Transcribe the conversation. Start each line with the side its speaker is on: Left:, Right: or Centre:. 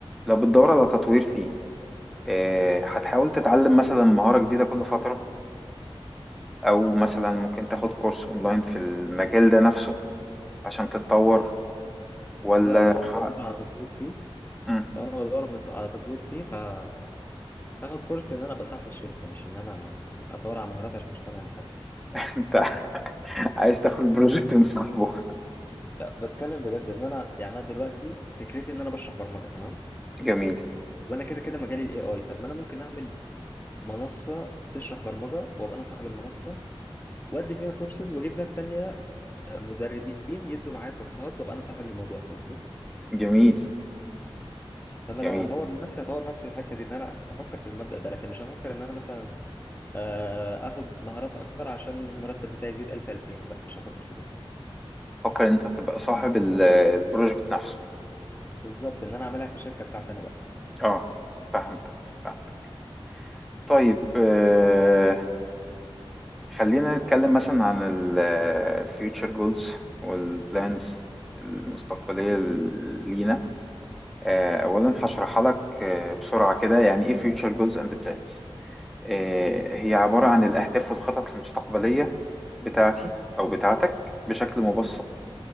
Centre: لو بتدور على تطوير فيه آه، هتحاول تتعلم مثلا مهارة جديدة كل فترة او مثلا ممكن تاخد كورس اونلاين في المجال ده نفسه عشان تتطور ولا
Left: لا لو انا
Centre: ح-
Left: بدور على تطوير فيه
Centre: مم.
Left: لو انا بدور في- على تطوير فيه ه- هاخد كورس ان انا ابقى صاحب الشركه مش ان انا اتطور على مهارات عشان اشتغل عند حد
Centre: <laughs> انت عايز تاخد بروجكت من صاحبه
Left: لا بتكلم بجد ان انا يعني انا دلوقتي فكرتي ان انا بشرح برمجه تمام
Centre: جميل
Left: وانا كده كده مجالي الاي اي طب ما انا ممكن اعمل منصة تشرح برمجة وابقى انا صاحب المنصة وادي فيها كورسز واجيب ناس تانية آه، مدربين يدوا معايا كورسات وابقى انا صاحب الموضوع فاهمني
Centre: جميل
Left: فانا
Centre: جميل
Left: لو هطور من نفسي هطور نفسي في الحتة دي ان انا افكر في المبدأ ده لكن مش هفكر ان انا مثلا آه، اخد مهارات اكتر عشان المرتب بتاعي يزيد 1000 2000 لا مش هفكر في كده
Centre: فكر ان انت تبقى صاحب ال- البروجكت نفسه
Left: بالظبط ان انا اعملها كشركة بتاعتي انا بقى
Centre: اه فهمتك فهمتك طيب آه خلينا نتكلم مثلا عن الفيوتشر جولز والبلانز المستقبلية لينا آه، اولا هشرحها لك آه، بسرعة كده يعني ايه future goals and plans آه، هي عبارة عن الأهداف والخطط المستقبلية بتاعتي أو بتاعتك بشكل مبسط